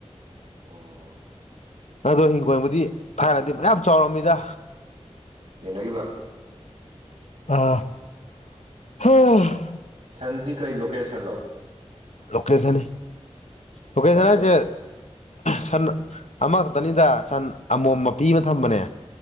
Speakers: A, on the right (about 70°); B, on the left (about 80°).
A: ꯑꯣ
B: ꯑꯗꯣ ꯍꯤꯡꯒꯣꯜꯕꯨꯗꯤ ꯊꯥꯏꯅꯗꯤ ꯃꯌꯥꯝ ꯆꯥꯎꯔꯝꯃꯤꯗ
A: ꯌꯦꯅꯈꯤꯕ
B: ꯑꯥ ꯍꯣꯏ <unintelligible>
A: ꯁꯟꯗꯤ ꯀꯩ ꯂꯣꯀꯦꯁꯟꯂꯣ
B: ꯂꯀꯦꯜ ꯅꯤ ꯂꯀꯦꯜ
A: ꯀꯌꯥꯝ
B: ꯁꯟ ꯍꯥꯏꯁꯦ
A: ꯂꯩꯔꯤꯕ
B: ꯁꯟ ꯑꯃꯈꯛꯇꯅꯤꯗ ꯁꯟ ꯑꯃꯣꯝ ꯃꯄꯤ ꯑꯃ ꯊꯝꯕꯅꯦ